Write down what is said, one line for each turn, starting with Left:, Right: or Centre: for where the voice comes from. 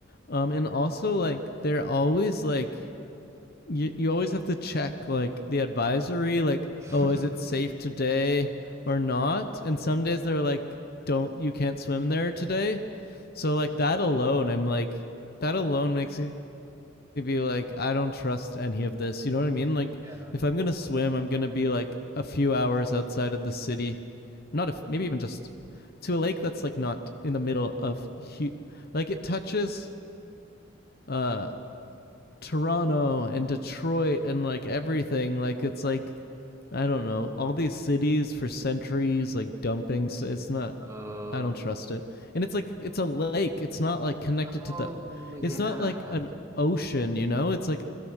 Left: Um, and also like they're always like you you always have to check like the advisory like
Right: <laughs>
Left: oh is it safe today or not? And some days they're like don't you can't swim there today. So like that alone, I'm like that alone makes me to be like, I don't trust any of this. You know what I mean? Like,
Right: Yeah.
Left: if I'm gonna swim, I'm gonna be like a few hours outside of the city, not if maybe even just to a lake that's like not in the middle of hu- like it touches uh Toronto and Detroit and like everything. Like it's like I don't know. All these cities for centuries, like dumping. So it's not.
Right: Uh,
Left: I don't trust it. And it's like it's a lake. It's not like connected
Right: oh
Left: to the.
Right: yeah.
Left: It's not like an ocean. You know. It's like